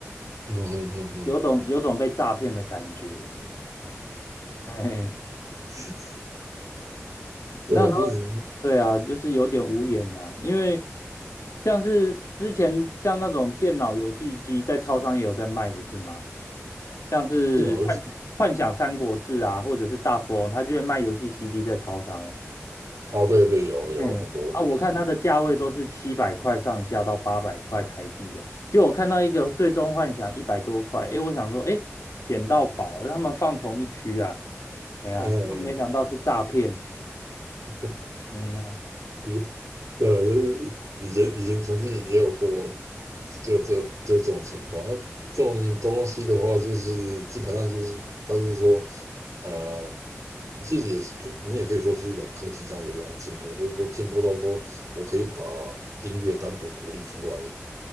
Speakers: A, on the right (about 85°); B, on the left (about 80°).
A: 嗯嗯嗯嗯嗯，
B: 有种有种被诈骗的感觉。哎，
A: <laughs>
B: 那时候
A: 对，就是
B: 对啊，就是有点无言呐、因为像是之前像那种电脑游戏机在超商也有在卖，不是吗？像是幻幻想三国志啊，
A: 这种游戏
B: 或者是大富翁，他就会卖游戏 CD 在超商
A: 哦，对对，有有很多，
B: 哎，啊，我看它的价位都是七百块上下到八百块台币啊，
A: 嗯
B: 就我看到一个《最终幻想》一百多块，哎，我想说，哎，捡到宝啊，他们放同一区啊，哎呀，
A: 嗯。嗯
B: 就没想到是诈骗，
A: 嗯
B: 嗯
A: 有，呃，就以前以前曾经也有过，就这就这种情况。那这种东西的话，就是基本上就是，他是说，呃，其实也是你也可以说是一种科技上的一种进步，就是说进步到说我可以把音乐单独独立出来，